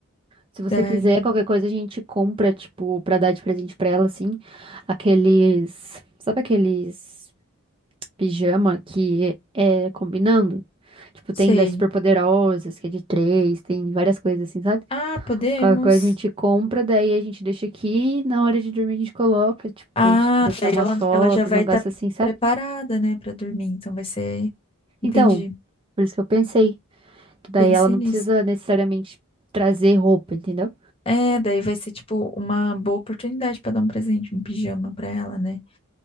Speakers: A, on the right (about 25°); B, on the left (about 25°).
A: Se você
B: Daí,
A: quiser, qualquer coisa a gente compra, tipo, pra dar de presente pra ela, assim, aqueles. Sabe aqueles. pijama que é, é combinando. Tipo,
B: sei.
A: tem das Superpoderosas, que é de três, tem várias coisas assim, sabe?
B: Ah, podemos.
A: Qualquer coisa a gente compra, daí a gente deixa aqui, e na hora de dormir a gente coloca, tipo,
B: Ah,
A: pra gente poder tirar
B: daí
A: umas
B: ela,
A: fotos,
B: ela já vai
A: um negócio
B: estar
A: assim, sabe?
B: preparada, né, pra dormir. Então vai ser. Entendi.
A: Então, por isso que eu pensei, que daí
B: Pensei
A: ela não
B: nisso.
A: precisa necessariamente trazer roupa, entendeu?
B: É, daí vai ser tipo uma boa oportunidade pra dar um presente, um pijama pra ela, né?